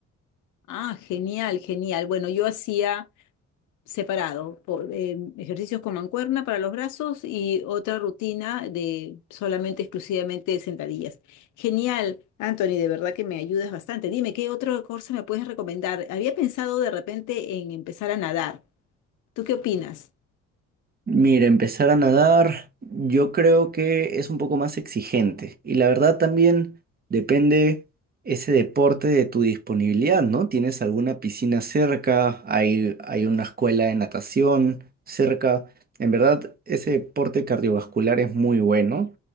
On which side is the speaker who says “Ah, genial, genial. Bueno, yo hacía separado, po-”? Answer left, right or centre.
Left